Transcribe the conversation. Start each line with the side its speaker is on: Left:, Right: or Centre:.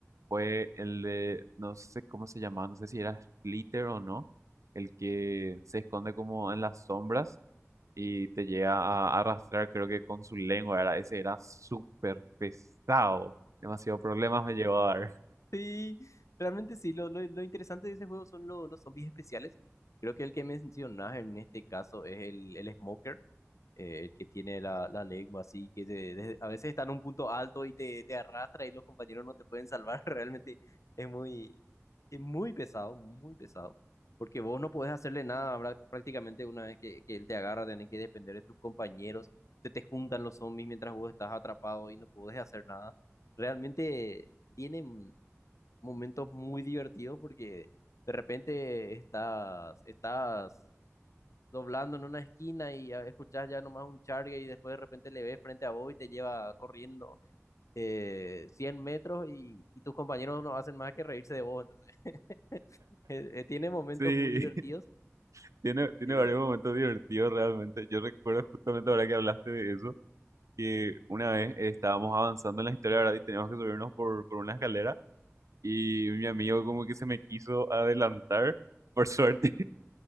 Right: fue el de, no sé cómo se llamaba, no sé si era Splitter o no, el que se esconde como en las sombras y te llega a arrastrar, creo que con su lengua, era, ese era súper pesado. Demasiado problemas me llevó a dar. <laughs>
Left: Sí, realmente sí, lo, lo, lo interesante de ese juego son lo- los zombies especiales. Creo que el que mencionas en este caso es el, el Smoker. eh, el que tiene la, la lengua así, que se- desde- a veces está en un punto alto y te, te arrastra y los compañeros no te pueden salvar. <laughs> Realmente es muy, es muy pesado, muy pesado. Porque vos no podés hacerle nada bra- prácticamente una vez que, que él te agarra, tenés que depender de tus compañeros. Se te juntan los zombies mientras vos estás atrapado y no podés hacer nada. Realmente tiene mm, momentos muy divertidos porque de repente estás, estás doblando en una esquina y a- escuchás ya nomás un charge y después de repente le ves frente a vos y te lleva corriendo eh, 100 metros y, y tus compañeros no hacen más que reírse de vos. Entonces, <laughs> eh, eh, tiene momentos
Right: Sí.
Left: muy divertidos.
Right: Tiene, tiene
Left: eh,
Right: varios momentos divertidos realmente. Yo recuerdo justamente ahora que hablaste de eso, que una vez estábamos avanzando en la historia, ¿verdad? Y teníamos que subirnos por, por una escalera y mi amigo como que se me quiso adelantar, por suerte